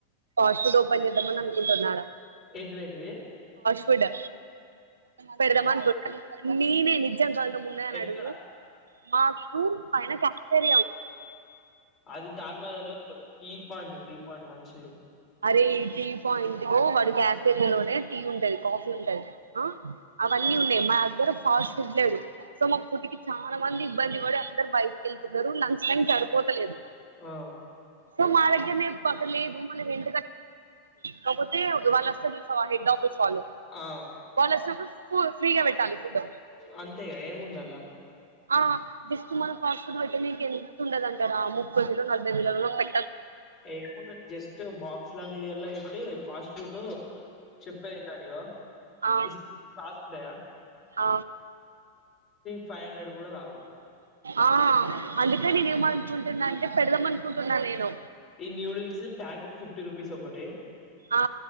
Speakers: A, on the right; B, on the left.
A: ఫాస్ట్ ఫుడ్ ఓపెన్ చేద్దామని అనుకుంటున్నారా
B: ఏంటిదేంటిది
A: ఫాస్ట్ ఫుడ్ పెడదామ అనుకుంటున్న నేనే నిజామా కావాలంటే ముందే అని
B: ఎక్కడ
A: అడుగు మాకు పైన క్యాఫ్టీరియా
B: అది దాన్మద లో టీ పాయింట్ టీ పాయింట్ మంచి
A: అరే ఈ టీ పాయింట్ వాడు క్యాఫే లోనే టీ ఉంటది కాఫీ ఉంటది అవన్నీ
B: ఆ
A: ఉన్నాయి మా దగ్గర ఫాస్ట్ ఫుడ్ లేదు సో మా ఫుడికి చాలా మంది ఇబ్బంది పడి అందరు బయటకి వెళ్తున్నారు లంచ్ టైం సరిపోతలేదు
B: ఆ
A: సో మదగ్గనే పకలేదు వెంట కపోతే వెళ్ళొస్తారుచూసావా హెడఆఫీస్ చాలు
B: ఆ
A: వాళ వచ్చినప్పుడు ఫు ఫ్రీగా పెట్టాలి ఫుడ్
B: అంతే గ ఏముందల
A: ఆ జస్ట్ మన ఫాస్ట్ ఫుడ్ వెట్టనే ఎంత ఉండదంటారా ముప్పై వేలు నలభై వేలలోపే
B: ఏ జస్ట్ బాక్స్ లాం ఇ ఎలా ఇట్టి ఫాస్ట్ ఫుడ్ చేప్పదేనియో
A: ఆ
B: ఇస్తానయ
A: ఆ
B: ఫైవ్ హండ్రెడ్ కూడా కావు
A: ఆ అందుక నేనుమనుకుంటా అంటే పెడదాం అనుకుంటున్నా నేను
B: ఈ న్యూడిల్స్ ప్యాకెట్ ఫిఫ్టీ రూపీస్ ఒకటి
A: ఆ